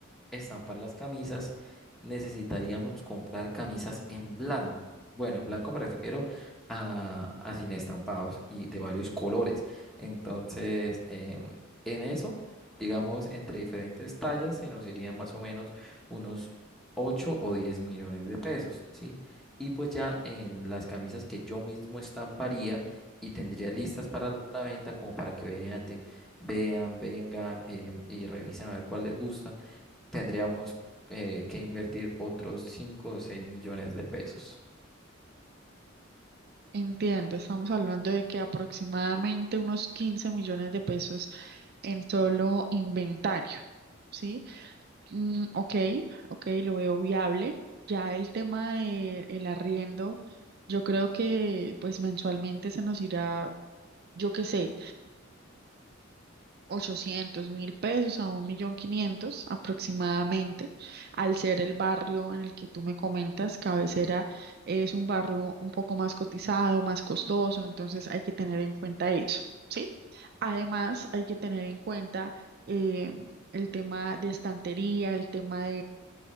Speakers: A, in the centre; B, on the right.
A: estampar las camisas, necesitaríamos comprar camisas en blanco. Bueno, en blanco me refiero a, a sin estampados y de varios colores. Entonces, em, en eso, digamos, entre diferentes tallas se nos irían más o menos unos 8 o 10 millones de pesos, ¿sí? Y pues ya en las camisas que yo mismo estamparía y tendría listas para la venta como para que vean, de- vean, vengan em, y revisen a ver cuál les gusta tendríamos eh, que invertir otros 5 o 6 millones de pesos.
B: Entiendo, estamos hablando de que aproximadamente unos 15 millones de pesos en solo inventario, ¿sí? Mm, ok, ok, lo veo viable. Ya el tema de el arriendo, yo creo que pues mensualmente se nos irá, yo qué sé, ochocientos mil pesos a un millón quinientos aproximadamente, al ser el barrio en el que tú me comentas, Cabecera es un barrio un poco más cotizado, más costoso, entonces hay que tener en cuenta eso, ¿sí? Además, hay que tener en cuenta eh, el tema de estantería, el tema